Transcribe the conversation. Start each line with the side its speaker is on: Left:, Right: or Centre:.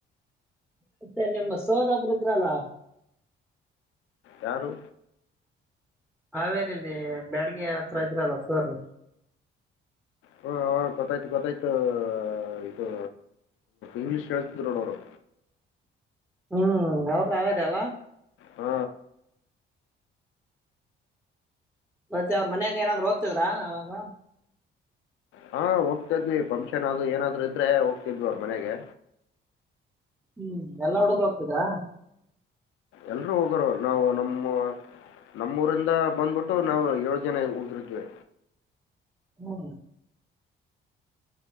Centre: ಮತ್ತೆ ನಿಮ್ಮ ಸೋದ ಒಬರು ಇದ್ರಲ್ಲ
Left: ಯಾರು
Centre: ಹಾವೇರಿ ಇಲ್ಲಿ ಬ್ಯಾಡ್ಗೆ ಹತ್ರ ಇದ್ರಲ್ಲ ಸೂರ್
Left: ಹ ಹ ಗೊತ್ತಾಯ್ತು ಗೊತ್ತಾಯ್ತು ಇದು ಇಂಗ್ಲೀಷ್ ಹೆಳ್ತಿದ್ರು ನೋಡ ಅವರು
Centre: ಹ್ಮ್ ಅವರು ಯಾವ್ಯಾರ ಅಲ್ಲ
Left: ಹ್ಮ
Centre: ಮತ್ತೆ ಅವ್ರ ಮನ್ಯಾಗ ಏನಾದ್ರು ಹೋಗ್ತದ್ರ ಅವಾಗ
Left: ಹಾ ಹೋಗ್ತಿದ್ವಿ ಫಂಕ್ಷನ್ ಅದು ಏನಾದ್ರು ಇದ್ರೆ ಹೋಗ್ತಿದ್ವಿ ಅವ್ರ ಮನೆಗೆ
Centre: ಹ್ಮ್ ಎಲ್ಲಾ ಹುಡುಗ ಹೋಗ್ತದಾ
Left: ಎಲ್ರುೂ ಹೋಗೋರ ನಾವು ನಮ್ಮ ನಮ್ಮೂಊರಿಂದ ಬಂದ್ಬಿಟ್ಟು ನಾವು ಏಳು ಜನ ಉಳಿದ್ರಿದ್ವಿ
Centre: ಹ್ಮ